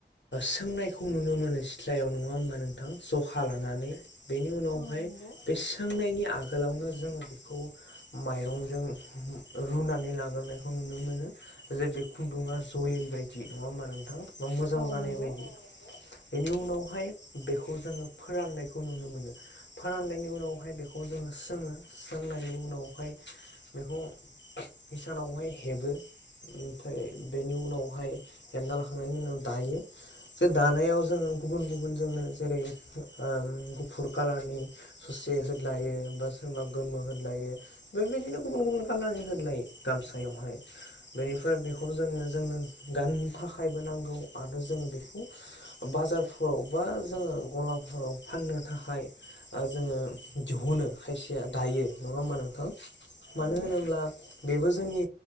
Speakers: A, on the left; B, on the left.
A: सोंनायखौ नुनो मोनो सिथ्लायाव नङा होमबा नोंथ जखा लानानै बेनि उनावहाय
B: औ नंगौ
A: बे सोंनायनि आगोल माइरंजों रुनानै लाग्रोनायखौ नुनो मोनो जे बे खुनदुंया जयै बायदि नङा होमबा नोंथां मोजां
B: औ
A: जानाय
B: नंगौ
A: बायदि बेनि उनावहाय बेखौ जोङो फोराननायखौ नुनो मोनो फोराननायनि उनावहाय बेखौ जोङो सोङो सोंनायनि उनावहाय बेखौ हिसानावहाय हेबो ओमफ्राय बेनि उनावहाय एमना लाखांनायनि उनाव दायो। जे दानायाव जोङो गुबुन गुबुन जोंनो जेरै ओ गुफुर कालारनि एसे होदलायो बा सोरबा गोमो होदलायो बेबायदिनो गुबुन गुबुन कालारनि होदलायो गामसायावहाय बेनिफ्राय बेखौ जोङो जोंनो गाननो थाखायबो नांगौ आरो जोंङो बेखौ बाजारफोराव बा जोङो गलाफोराव फाननो थाखाय ओ जोङो दिहुनो खायसेया दायो नङा होमबा नोंथां औ नंगौ मानो
B: नंगौ
A: होनोब्ला बेबो जोंनि